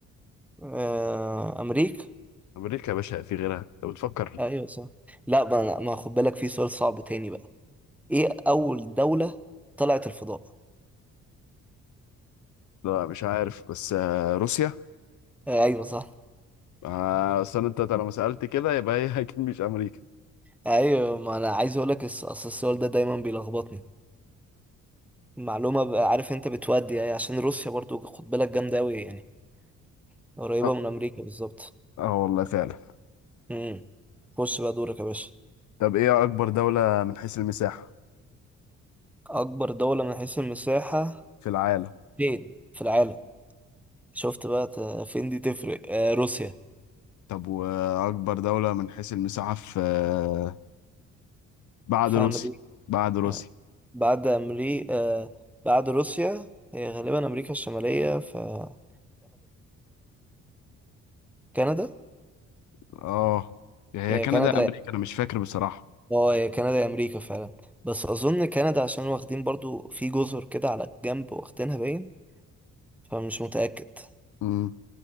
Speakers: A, in the centre; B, on the left.
A: آه امريكا
B: امريكا يا باشا في غيرها لو بتفكر
A: ايوه صح لا ما ما خد بالك في سؤال صعب تاني بقى ايه اول دولة طلعت الفضاء
B: لا مش عارف بس آه، روسيا
A: آه ايوه صح
B: آه، اصل انت لما سالت كده يبقى هي <laughs> اكيد مش امريكا
A: ايوه ما انا عايز اقول لك الس- اصل السؤال ده دايما بيلخبطني معلومة بقى عارف انت بتودي يعني عشان روسيا برضو خد بالك جامدة أوي يعني قريبة
B: اه
A: من أمريكا بالظبط
B: آه والله فعلا
A: امم خش بقى دورك يا باشا
B: طب ايه اكبر دوله من حيث المساحه
A: أكبر دولة من حيث المساحة
B: في العالم
A: فين في العالم شفت بقى ت- فين دي تفرق آه روسيا
B: طب وأكبر دولة من حيث المساحة في آه، بعد
A: في
B: روسيا
A: أمريكا
B: بعد روسيا
A: آه. بعد أمريكا آه. بعد روسيا هي غالبا أمريكا الشمالية فكندا كندا
B: اه يعني
A: هي
B: هي كندا
A: كندا
B: يا أمريكا أنا مش فاكر بصراحة
A: اه هي كندا يا أمريكا فعلا بس أظن كندا عشان واخدين برضو في جزر كده على الجنب واخدينها باين فمش متأكد
B: امم